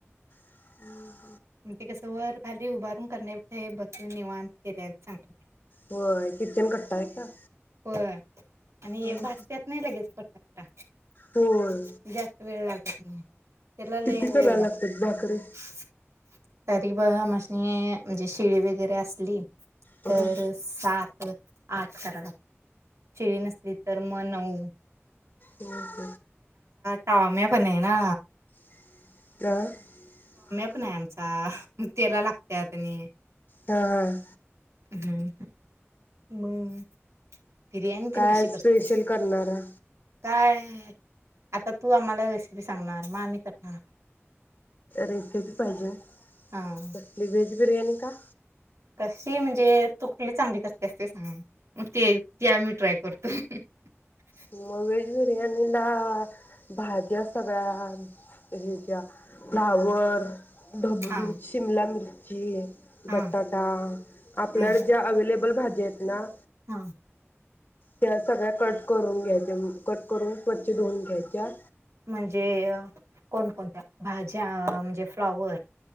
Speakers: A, on the left; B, on the right.
A: <inaudible>
B: म ते कस. वर-खाली उभारून करण्यापेक्षा हे बसून निवांत केल्याल चांगल.
A: होय किचन कट्टा आहे का?
B: होय आणि हे
A: ह
B: भाजत्यात नाही लगेच पटा-पटा
A: होय
B: जास्त वेळ लागत नाही त्याला लई
A: किती
B: वेळ
A: करायला
B: लागतोय,
A: लागतात भाकरी?
B: तरी ब आम्हस्नी म्हणजे शीळी वगैरे असली.
A: हा
B: तर सात आठ कराय लगत्यात. शिळी नसली तर म नऊ.
A: हम.
B: टॉम्या पण नाही ना.
A: <unintelligible>
B: नाही आमचा त्याला लागत्यात आणि
A: हां हां.
B: हम् हम. बिर्याणी त
A: काय
B: कशी करतेस
A: स्पेशल करणारा
B: काय? आता तू आम्हाला रेसिपी सांगणार म आम्ही करणार.
A: रेसीपी पाहिजे कसली
B: हा
A: व्हेज बिर्याणी का?
B: कशी म्हणजे तु कुठली चांगली करतेस ते सांग. ते ते आम्ही ट्राय करतो. <unintelligible>
A: मग व्हेज बिर्याणीला भाज्या सगळ्या हे ज्या फ्लॉवर ढब्बू
B: हा
A: मिरची, शिमला मिरची म्हणजे
B: हा
A: बटाटा आपल्याडे
B: हा
A: ज्या अवेलेबल अवेलेबल भाजी आहेत ना.
B: हा.
A: त्या सगळ्या कट करून घ्याय. कट करून स्वच्छ धुवून घ्यायच्या,
B: म्हणजे कोणकोणत्या भाज्या म्हणजे फ्लॉवर